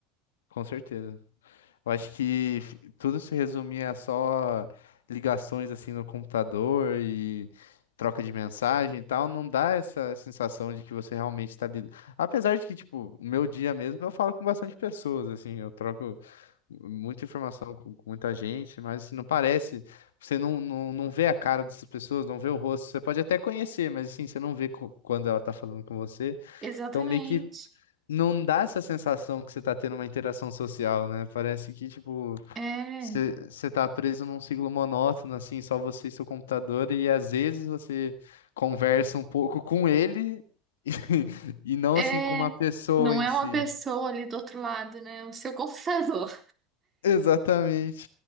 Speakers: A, on the left; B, on the right.
A: com certeza. Eu acho que f- tudo se resumia a só ligações assim no computador e troca de mensagem e tal, não dá essa sensação de que você realmente está lidando. Apesar de que, tipo, o meu dia mesmo eu falo com bastante pessoas, assim, eu troco muita informação com, com muita gente, mas assim, não parece, você não, não, não vê a cara dessas pessoas, não vê o rosto, você pode até conhecer, mas assim, você não vê co- quando ela tá falando com você,
B: Exatamente.
A: então meio que não dá essa sensação que você tá tendo uma interação social, né? Parece que, tipo,
B: É,
A: você você tá preso num ciclo monótono, assim, só você e seu computador, e às vezes você conversa um pouco com ele <laughs> e não,
B: é.
A: assim, com uma pessoa
B: Não
A: em
B: é
A: si.
B: uma pessoa ali do outro lado, né? O seu <laughs> computador.
A: Exatamente.